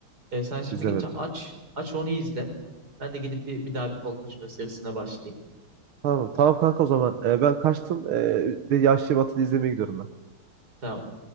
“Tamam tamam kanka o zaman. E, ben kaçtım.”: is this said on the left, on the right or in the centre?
Right